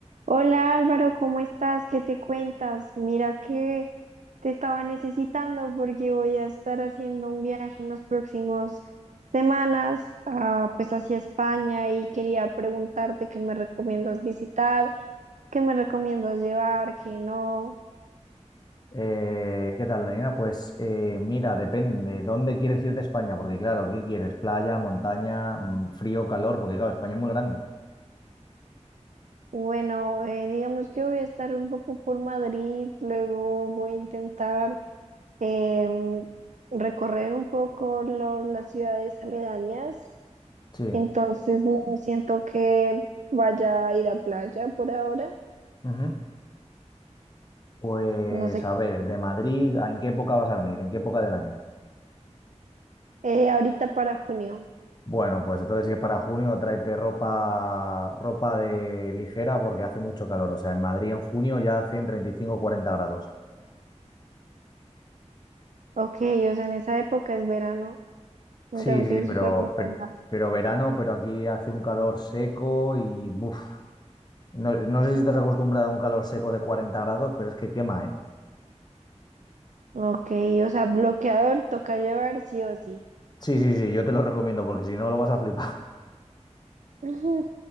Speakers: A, on the right; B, on the left.
A: Hola Álvaro, ¿cómo estás? ¿Qué te cuentas? Mira que te estaba necesitando porque voy a estar haciendo un viaje en las próximas semanas, ah, pues hacia España y quería preguntarte qué me recomiendas visitar, qué me recomiendas llevar, qué no.
B: Eh, ¿qué tal, Daniela? Pues eh, mira, depende. ¿Dónde quieres ir de España? Porque claro, ¿qué quieres? ¿Playa, montaña, mm, frío, calor? Porque claro, España es muy grande.
A: Bueno, eh, digamos que voy a estar un poco por Madrid, luego voy a intentar em, recorrer un poco los- las ciudades aledañas
B: Sí.
A: Entonces no siento que vaya a ir a playa por ahora.
B: Ujú. Pues
A: No sé.
B: a ver, de Madrid, ¿en qué época vas a venir? ¿En qué época del año?
A: Eh, ahorita para junio.
B: Bueno, pues entonces si es para junio, tráete ropa, ropa de ligera porque hace mucho calor. O sea, en Madrid en junio ya hacen 35 o 40 grados.
A: Ok, o sea, en esa época es verano.
B: Sí,
A: Tengo
B: sí,
A: que ir
B: sí, pero,
A: súper preparada.
B: pero, pero verano, pero aquí hace un calor seco y buf, No, no sé si estás acostumbrado a un calor seco de 40 grados, pero es que quema, ¿eh?
A: Ok, o sea, bloqueador toca llevar sí o sí.
B: Sí, sí, sí, yo te lo recomiendo porque si no lo vas a flipar. <laughs>
A: <laughs> Ujú.